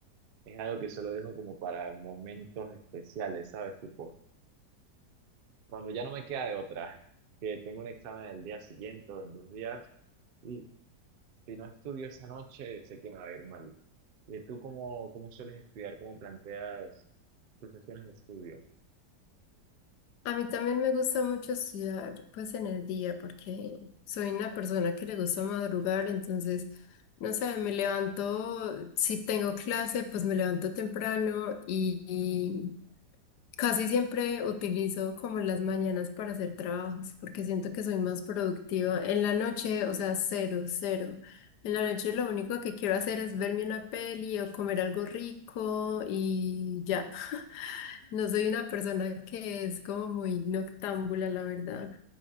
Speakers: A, on the right; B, on the left.
A: es algo que solo dejo como para momentos especiales, ¿sabes? Tipo, cuando ya no me queda de otra, que tengo un examen el día siguiente o en dos días, y si no estudio esa noche, sé que me va a ir mal. ¿Y tú cómo, cómo sueles estudiar? ¿Cómo planteas tus sesiones de estudio?
B: A mí también me gusta mucho estudiar pues en el día porque soy una persona que le gusta madrugar, entonces, no sé, me levanto, si tengo clase, pues me levanto temprano y, y Casi siempre utilizo como las mañanas para hacer trabajos, porque siento que soy más productiva. En la noche, o sea, cero, cero. En la noche lo único que quiero hacer es verme una peli o comer algo rico y ya. <laughs> No soy una persona que es como muy noctámbula, la verdad.